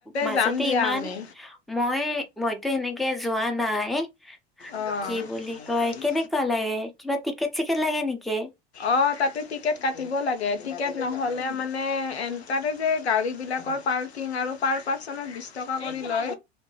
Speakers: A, in the centre; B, on the left.
A: মাজতে
B: যাম দিয়া
A: ইমান
B: আমি
A: মই মইতো সেনেকে যোৱা নাই। এ
B: অঁ
A: কি বুলি কয় কেনেকুৱা লাগে কিবা টিকেট চিকেট লাগে নেকি?
B: অ তাতে টিকেট কাটিব লাগে টিকেট নহ'লে মানে এ তাৰে যে গাড়ী বিলাকৰ পাৰ- কিংনাৰু আৰু পাৰ পাৰ্চন বিশ টকা কৰি লয়